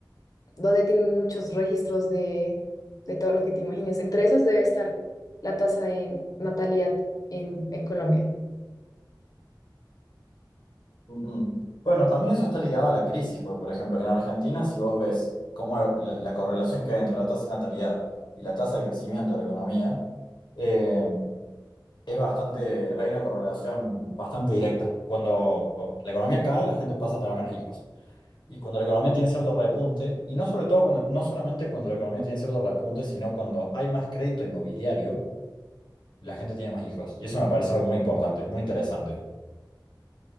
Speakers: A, on the left (about 50°); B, on the left (about 75°).
A: donde tienen muchos registros de, de todo lo que te imagines. Entre esos debe estar la tasa de natalidad en, en Colombia.
B: ujú. Bueno, también eso está ligado a la crisis, porque por ejemplo, en Argentina, si vos ves cómo la, la correlación que hay entre la tasa de natalidad y la tasa de crecimiento de la economía, eh, Es bastante, hay una correlación bastante directa. Cuando la economía cae, la gente pasa a tener menos hijos. Y cuando la economía tiene cierto repunte, y no sobre todo, cuando- no solamente cuando la economía tiene cierto repunte, sino cuando hay más crédito inmobiliario, la gente tiene más hijos. Y eso me parece algo muy importante, muy interesante.